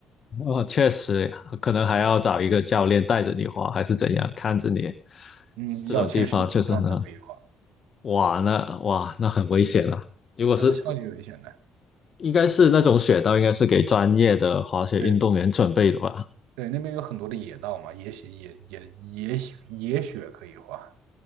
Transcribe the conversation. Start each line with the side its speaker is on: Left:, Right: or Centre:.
Left: 哦，确实，可能还要找一个教练带着你滑，还是怎样，看着你。
Right: 嗯，
Left: 这种地方确实很好，
Right: 要签生死状才可以滑，
Left: 哇，那哇，那很危险啊！如果是，
Right: 啊，那超级危险的。
Left: 应该是那种雪道，应该是给专业的滑雪运动员准备的吧？
Right: 对对，那边有很多的野道嘛，也许也也也许也许可以滑，